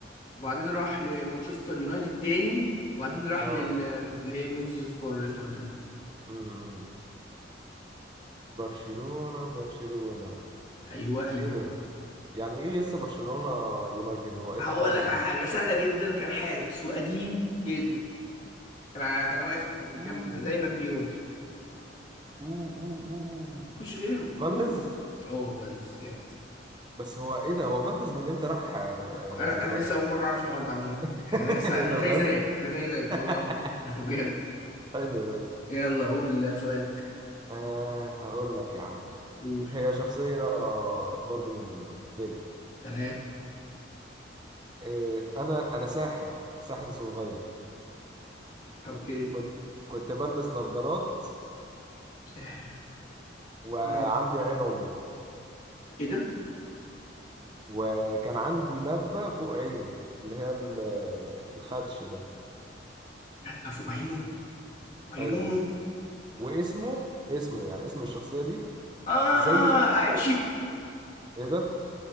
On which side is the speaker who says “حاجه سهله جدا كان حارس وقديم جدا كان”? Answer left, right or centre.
Left